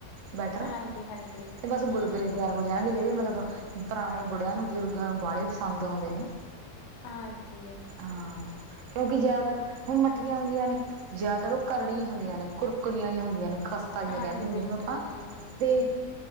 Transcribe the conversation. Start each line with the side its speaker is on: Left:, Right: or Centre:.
Right: ਬੈਟਰ
Left: ਹਾਂਜੀ,
Right: ਤੇ ਬਸ ਗੁਲਗੁਲੇ
Left: ਹਾਂਜੀ,
Right: ਤਿਆਰ ਹੋ ਜਾਣਗੇ ਜਿਹੜੇ ਮਤਲਬ ਪੁਰਾਣੇ ਬੁੜਿਆਂ ਨੂੰ ਬਜ਼ੁਰਗ ਗਰਮ ਵਾਲੇ ਪਸੰਦ ਆਉਂਦੇ ਨੇ।
Left: ਹਾਂਜੀ,
Right: ਹਾਂ, ਕਿਉਂਕਿ ਜਿਆਦਾਤਰ ਹੁਣ ਮੱਠੀਆਂ ਹੁੰਦੀਆਂ ਨੇ। ਜ਼ਿਆਦਾਤਰ ਉਹ ਕਰੜੀਆਂ ਹੁੰਦੀਆਂ ਨੇ ਕੁਰਕਰੀ ਜੀ ਹੁੰਦੀਆਂ ਨੇ ਖ ਤਾਈਆਂ
Left: ਹਾਂਜੀ
Right: ਕਹਿੰਦੇ ਹੁੰਦੇ
Left: ਬਿਲਕੁਲ
Right: ਜਿਨੂੰ ਆਪਾਂ
Left: ਜੀ ਬਿਲਕੁਲ।
Right: ਤੇ